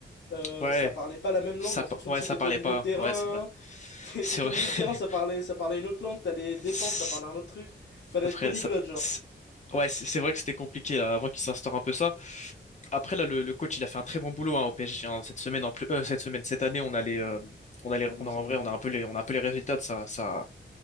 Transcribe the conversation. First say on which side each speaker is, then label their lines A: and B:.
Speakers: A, on the left; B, on the left.
A: euh,
B: Ouais,
A: ça parlait pas la même
B: ça,
A: langue en fonction
B: pa- ouais,
A: de si
B: ça
A: t'étais
B: parlait
A: au milieu
B: pas.
A: de terrain,
B: Ouais, c'est vrai.
A: T'é-
B: C'est
A: T'étais
B: vrai.
A: au milieu
B: <laughs>
A: de terrain, ça parlait, ça parlait une autre langue, t'allais défense,
B: C'est-
A: ça parlait un autre truc. Fallait
B: Après,
A: être polyglotte,
B: ça,
A: genre.
B: c'est- ouais, c'est c'est vrai que c'était compliqué là, avant qu'il s'instaure un peu ça. Après là, le, le coach, il a fait un très bon boulot hein, au PSG. hein. Cette semaine, en plus, euh, cette semaine, cette année, on a les, euh, on a les-
A: Ah, Luis
B: on a en
A: Enrique.
B: vrai, on a un peu les, on a un peu les résultats de ça, ça,